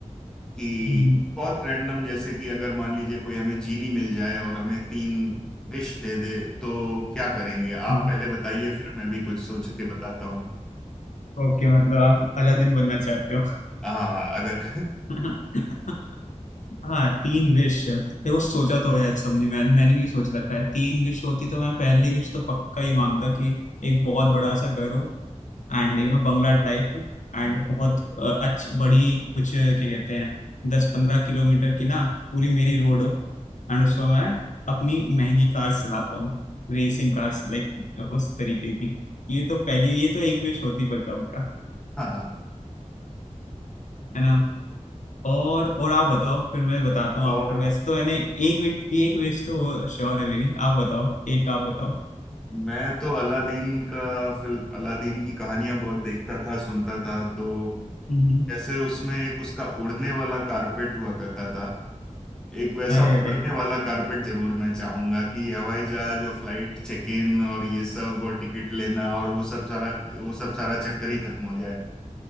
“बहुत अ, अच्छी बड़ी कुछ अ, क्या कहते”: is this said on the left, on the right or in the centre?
Left